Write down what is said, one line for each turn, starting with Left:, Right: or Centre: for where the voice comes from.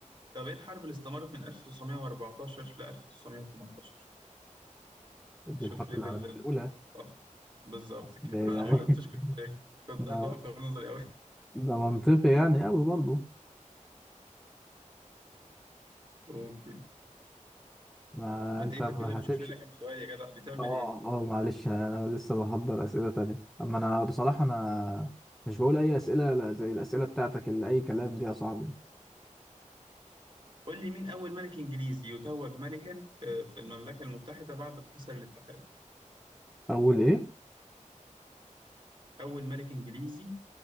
Right: طب ايه الحرب اللي استمرت من 1914 ل 1918
Centre: دي
Right: شوف
Centre: الحرب
Right: ليفل
Centre: العالميه
Right: ال- ال-
Centre: الاولى
Right: الثقافة. بالظبط كده
Centre: ده يعني
Right: انا ما عرفتش كنت
Centre: <laughs>
Right: كنت
Centre: ده
Right: هتقف في نظري قوي
Centre: ده منطقي يعني قوي برضه
Right: اوكي
Centre: ما
Right: ما
Centre: انت
Right: ت- انت
Centre: ما
Right: كده بتشوف
Centre: هتمشي
Right: لنا كام سؤال يا جدع بتعمل
Centre: اه
Right: ايه
Centre: اه معلش انا لسه بحضر اسئله تانية اما انا بصراحه انا مش بقول اي اسئله لا زي الاسئله بتاعتك اللي اي كلام دي يا صاحبي
Right: قول لي مين اول ملك انجليزي يتوج ملكا في في المملكة المتحدة بعد ما حصل الاتحاد
Centre: اول ايه
Right: اول ملك انجليزي